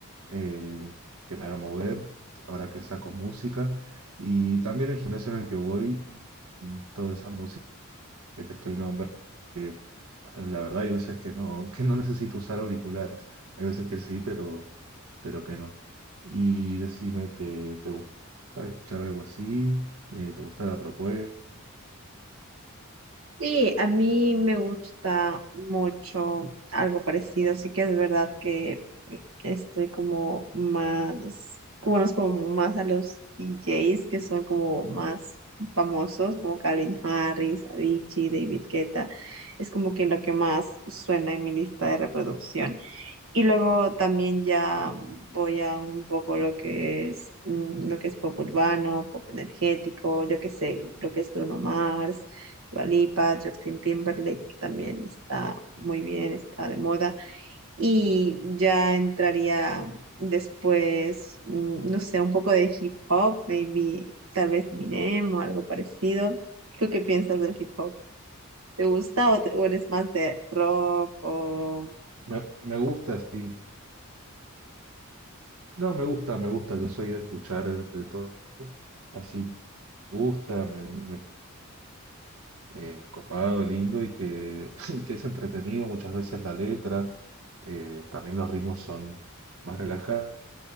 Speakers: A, on the right; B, on the right.
A: eh, que me haga mover, ahora que saco música. Y también el gimnasio en el que voy, toda esa música que te estoy nombrando, que la verdad hay veces que no, que no necesito usar auriculares, hay veces que sí, pero, pero que no. Y decime, ¿te, te gusta escuchar algo así? Eh, ¿te gusta la propuesta?
B: Sí, a mí me gusta mucho algo parecido, sí que es verdad que estoy como más, conozco como más a los DJs que son como más famosos, como Calvin Harris, Avicii, David Guetta, es como que lo que más suena en mi lista de reproducción. Y luego también ya voy a un poco lo que es mm, lo que es pop urbano, pop energético, yo qué sé, lo que es Bruno Mars, Dua Lipa, Justin Timberlake, que también está muy bien, está de moda. Y ya entraría después, mm, no sé, un poco de hip hop, maybe tal vez Eminem o algo parecido. ¿Tú qué piensas del hip hop? ¿Te gusta o, te- o eres más de rock o...?
A: Me, me gusta, sí. No, me gusta, me gusta, yo soy de escuchar de todo así que me gusta, me- me- eh, copado, lindo y que, <laughs> y que es entretenido. Muchas veces la letra, eh, también los ritmos son más relajados,